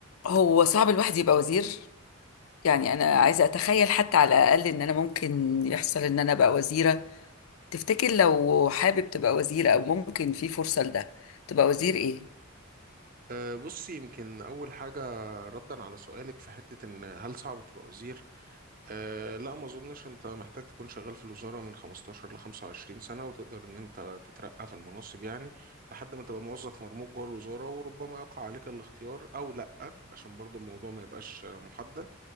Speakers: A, on the left; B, on the right.
A: هو صعب الواحد يبقى وزير يعني انا عايزه اتخيل حتى على الاقل ان انا ممكن يحصل ان انا ابقى وزيره تفتكر لو حابب تبقى وزير او ممكن في فرصه لده تبقى وزير ايه
B: أه، بصي يمكن أول حاجة ردا على سؤالك في حتة إن هل صعب تبقى وزير؟ أه لا ما أظنش أنت محتاج تكون شغال في الوزارة من 15 ل 25 سنة وتقدر إن أنت تترقى في المناصب يعني لحد ما تبقى موظف مرموق جوه الوزارة وربما يقع عليك الاختيار أو لأ عشان برضو الموضوع ما يبقاش محدد